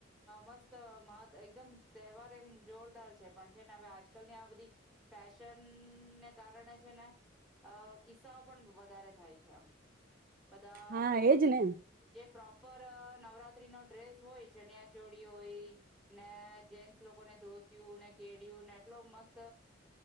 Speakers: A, in the centre; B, on the right (about 45°).
A: મસ્ત મહ એકદમ તહેવાર એ જોરદાર છે પણ છે ને હવે આજકાલની આ બધી ફેશનને કારણે છે ને અ કિસ્સાઓ પણ વધારે થાય છે આમ બધા
B: હા એજ ને
A: જે પ્રોપ ઉપર નવરાત્રી નો ડ્રેસ હોય ચણિયા ચોળી હોય ને જેેન્સ લોકો ને ધોતું ને કે ્યું ને એટલો મસ્ત